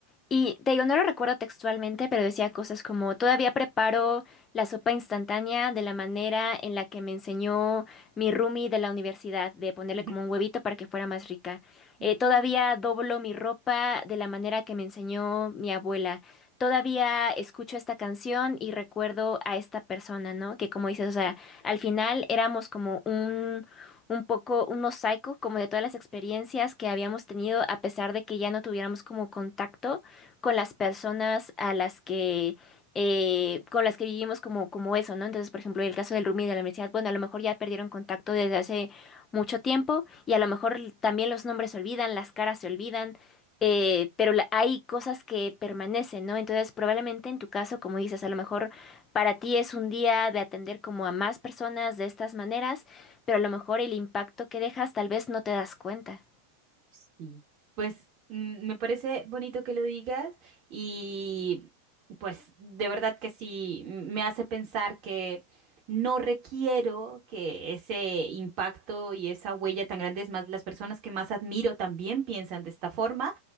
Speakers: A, on the left; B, on the right.
A: Y te digo, no lo recuerdo textualmente, pero decía cosas como, todavía preparo la sopa instantánea de la manera en la que me enseñó mi roomie de la universidad, de ponerle
B: <laughs>
A: como un huevito para que fuera más rica.
B: ujú.
A: Eh, todavía doblo mi ropa de la manera que me enseñó mi abuela. Todavía escucho esta canción y recuerdo a esta persona, ¿no? Que como dices, o sea, al final éramos como un... un poco un mosaico como de todas las experiencias que habíamos tenido a pesar de que ya no tuviéramos como contacto con las personas a las que eh, con las que vivimos como, como eso, ¿no? Entonces, por ejemplo, el caso del Rumi de la universidad, bueno, a lo mejor ya perdieron contacto desde hace mucho tiempo y a lo mejor también los nombres se olvidan, las caras se olvidan, eh, pero la- hay cosas que permanecen, ¿no? Entonces, probablemente en tu caso, como dices, a lo mejor para ti es un día de atender como a más personas de estas maneras, pero a lo mejor el impacto que dejas tal vez no te das cuenta.
B: Sí, pues mm, me parece bonito que lo digas y pues de verdad que sí, m- me hace pensar que no requiero que ese impacto y esa huella tan grande, es más, las personas que más admiro también piensan de esta forma,